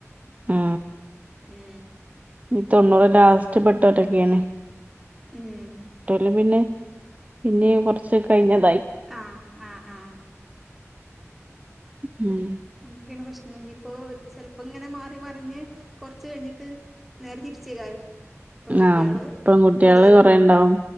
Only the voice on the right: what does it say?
ആ
ഈ തൊണ്ണൂറ് ലാസ്‌റ്റിപ്പെട്ടവരൊക്കെയാണ്.
ള് പിന്നെ പിന്നെ കുറച്ച് കഴിഞ്ഞാൽ
ഉം
ആഹ് പെൺകുട്ടികള്
കൊറേ ഇണ്ടാവും